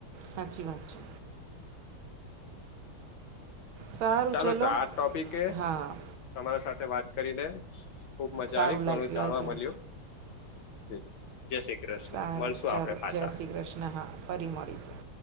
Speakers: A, on the right; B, on the left.
A: હાચી વાત છે. સારુ
B: ચાલો
A: ચલો
B: તો આ ટોપિકે
A: હા.
B: તમારા સાથે વાત કરીને ખુબ મજા
A: સારું
B: આવી
A: લાગ્યું
B: ઘણું જાણવા
A: આજે
B: મલ્યું. છે જય શ્રી
A: સારું
B: મળશું
A: ચલો
B: આપડે પાછા
A: જય શ્રી કૃષ્ણ હા ફરી મળીશું.